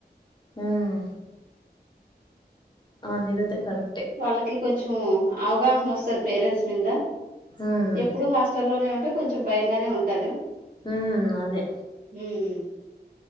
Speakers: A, on the left; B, on the right.
A: హ్మ్ అవును ఇదైతే కరెక్ట్
B: వాళ్ళకి కొంచం అవగాహన వస్తది పేరెంట్స్ మీద
A: ఉమ్
B: ఎప్పుడు హాస్టల్ లోనే ఉంటే కొంచెం భయంగానే ఉంటాది
A: హ్మ్ అదే
B: హ్మ్